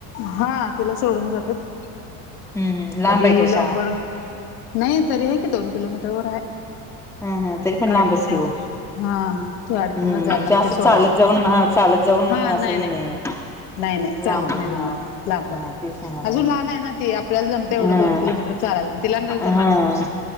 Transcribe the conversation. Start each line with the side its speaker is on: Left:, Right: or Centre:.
Left: हा तिला सोडून जातात.
Centre: हम्म, हम्. लांब
Left: कधी
Centre: हाय का
Left: लवकर
Centre: शाळा?
Left: नाही तरी हाय की दोन किलोमीटर वर हाय.
Centre: हा हा तरी पण
Left: गाडीवरनच
Centre: लांबच की ओ
Left: हा गाडीवरन
Centre: हम्म
Left: जायला
Centre: म्हणजे
Left: लागतय
Centre: असं
Left: सोडायला.
Centre: चालत जाऊन हा चालत जाऊन
Left: हा
Centre: असं
Left: नाही
Centre: हे
Left: नाही
Centre: नाहीये.
Left: नाही नाही चालत
Centre: लांब
Left: नाही
Centre: आहे
Left: जमत
Centre: हा
Left: लांबाय.
Centre: हा तेच म्हणायला
Left: अजून
Centre: लागले
Left: लहान आहे ना ती आपल्याला जमते एवढं
Centre: हा
Left: दोन किलोमीटर चालायल. तिला न जमायला
Centre: हा
Left: नको काय.